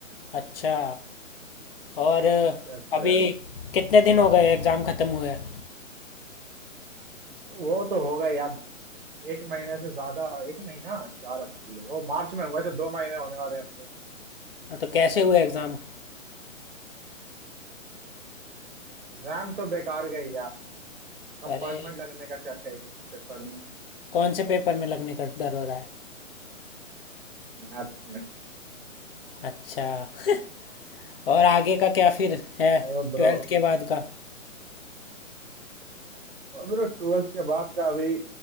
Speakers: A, on the left; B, on the right.
A: अच्छा और
B: Yes bro
A: अभी
B: yes
A: कितने दिन हो गए एग्ज़ाम ख़त्म हुए हाँ,
B: वो तो होगा यार एक महीने से ज्यादा एक महीना चार अप्रैल वो मार्च में हुए थे दो महीने होने वाले हैं अब तो
A: तो कैसे हुए एग्ज़ाम
B: एग्जाम तो बेकार गए यार कंपार्टमेंट
A: अरे
B: लगने का शक है एक पेपर में
A: कौन से पेपर में लगने का डर हो रहा है
B: मैथ्स में
A: अच्छा <laughs> और आगे का क्या फिर है
B: ओ ब्रो
A: ट्वेल्थ के बाद का
B: और मेरा ट्वेल्थ के बाद का अभी